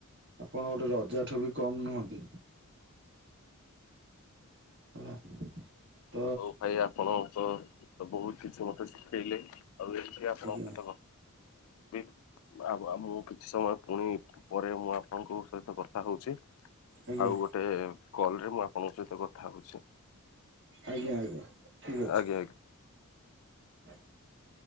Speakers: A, on the right; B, on the left.
A: ଆପଣ ଗୋଟେ ରଜା ଠୁ ବି କମ ନୁହନ୍ତି। ହେଲା। ତ
B: ହଉ ଭାଇ ଆପଣ ତ ବହୁତ କିଛି ମତେ ଶିଖେଇଲେ ଆଉ ଏଠି ଆପଣଙ୍କ
A: ଆଜ୍ଞା
B: ସହିତ କଥା <unintelligible> ଆ ମୁଁ କିଛି ସମୟ ପୁଣି ପରେ ମୁଁ ଆପଣଙ୍କ ସହିତ କଥା ହଉଛି।
A: ଆଜ୍ଞା
B: ଆଉ ଗୋଟେ କଲରେ ମୁଁ ଆପଣଙ୍କ ସହିତ କଥା ହଉଛି।
A: ଆଜ୍ଞା, ଆଜ୍ଞା। ଠିକ୍ ଅଛି।
B: ଆଜ୍ଞା, ଆ
A: <inaudible>